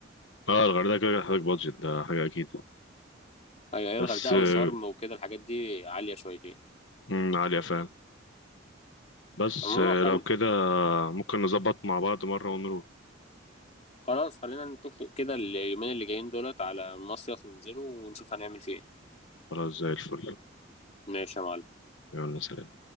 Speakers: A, on the left; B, on the left.
A: اه الغردقة كده كده هتحتاج بادجت ده حاجة أكيد
B: أيوة هي
A: بس
B: الغردقة
A: بالظبط
B: وشرم
A: آه،
B: وكده الحاجات دي عالية شويتين
A: مم، عالية فعلا بس
B: عموما
A: آه،
B: خل...
A: لو كده ممكن نظبط مع بعض مرة ونروح
B: خلاص خلينا نتفق كده اليومين اللي جايين دولت على المصيف ننزله ونشوف هنعمل فيه إيه.
A: خلاص زي الفل
B: ماشي يا معلم
A: يلا سلام